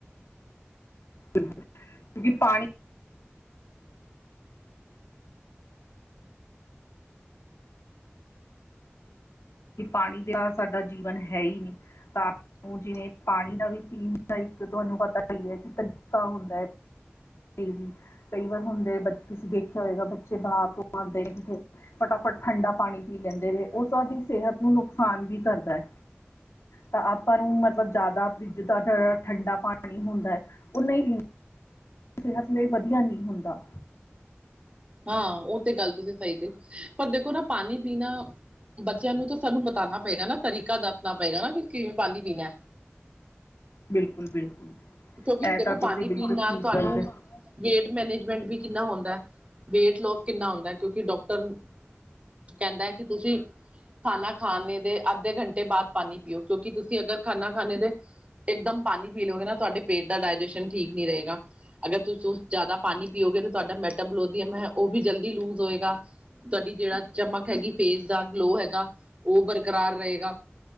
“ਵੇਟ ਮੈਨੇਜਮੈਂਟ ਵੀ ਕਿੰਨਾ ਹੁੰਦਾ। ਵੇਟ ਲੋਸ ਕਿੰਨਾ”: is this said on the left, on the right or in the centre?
Right